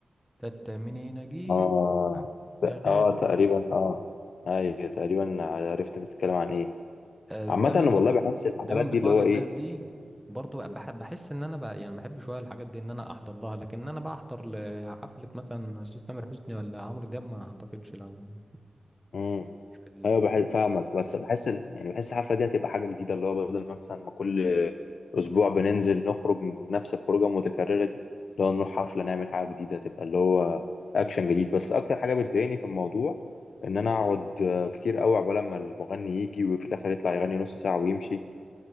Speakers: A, in the centre; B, on the left (about 75°).
A: تت منين اجيبك
B: اه
A: يا
B: اه
A: غالي
B: تقريبا اه ايوه تقريبا عرفت انت بتتكلم عن ايه
A: آه، دايما
B: عامه انا
A: برضو
B: والله بحس الحفلات
A: دايما بيطلع
B: دي اللي هو
A: لي الناس
B: ايه
A: دي برضو بح- بحس ان انا بقى يعني بحب شويه الحاجات دي ان انا احضر لها لكن ان انا بقى احضر لحفله مثلا استاذ تامر حسني ولا عمرو دياب ما اعتقدش لا ما-
B: مم.
A: مش في الجو
B: ايوه بحس فاهمك
A: ده
B: بس بحس ال- يعني بحس الحفله دي هتبقى حاجه جديده اللي هو بدل مثلا ما كل اسبوع بننزل نخرج من نفس الخروجه المتكرره دي لو نروح حفله نعمل حاجه جديده تبقى اللي هو اكشن جديد بس اكتر حاجه بتضايقني في الموضوع ان انا اقعد آه، كتير قوي عقبال ما المغني يجي وفي الاخر يطلع يغني نص ساعه ويمشي